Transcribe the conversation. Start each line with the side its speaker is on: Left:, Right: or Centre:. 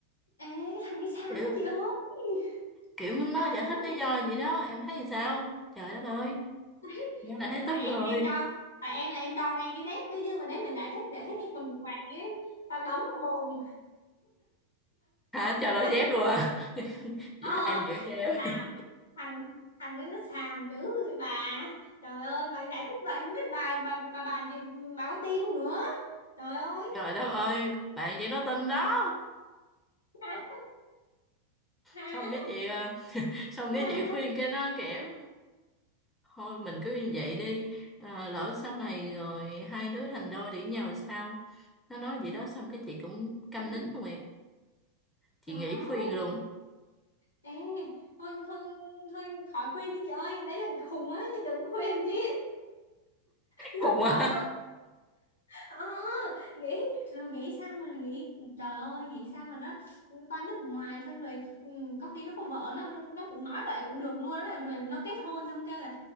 Left: ê cái thằng đi Sàng
Centre: kiểu
Left: quá chị ơi
Centre: kiểu nó
Left: trời
Centre: giải thích
Left: ơi
Centre: lý do vậy đó em thấy sao trời đất ơi
Left: <laughs>
Centre: nghe là thấy
Left: tại
Centre: tức
Left: em
Centre: rồi
Left: là em cho tại em là em cho ngay cái dép với chứ mà đấy mình giải thích giải thích cái quần quạt ấy tao đấm vào mồm
Centre: hả chờ đổi
Left: <laughs>
Centre: dép luôn à
Left: ờ
Centre: Dạ, em giữ em
Left: Sao? Thằng thằng đấy nó xàm dữ vậy bà. Trời ơi mà giải thích vậy không biết bà bà bà bàn gì bà có tin không nữa. Trời ơi.
Centre: trời đất ơi bạn chị nó tin đó
Left: Hả? Hả?
Centre: xong cái chị ờ, xong
Left: Hả?
Centre: cái chị khuyên cái nó kẻ thôi mình cứ như vậy đi Ờ, lỡ sau này rồi hai đứa thành đôi để nhau sao nó nói vậy đó xong cái chị cũng câm
Left: Ê,
Centre: nín luôn em chị
Left: Trời
Centre: nghỉ
Left: ơi.
Centre: khuyên luôn
Left: Ê, thôi thôi thôi khỏi khuyên đi chị ơi. Đấy là bị khùng á chứ đừng khuyên chứ <laughs> giúp
Centre: khùng á
Left: đỡ. ờ nghĩ rồi nghĩ sao mà nghĩ trời ơi nghĩ sao mà nó qua nước ngoài xong rồi ừ, có khi nó có vợ nó nó cũng nói vậy cũng được luôn á rồi nó kết hôn xong kêu là